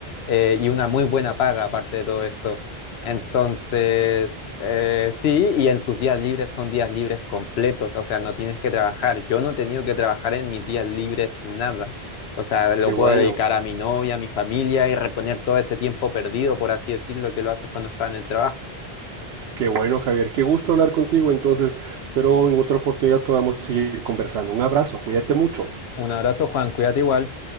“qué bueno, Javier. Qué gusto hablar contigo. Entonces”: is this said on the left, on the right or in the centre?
Right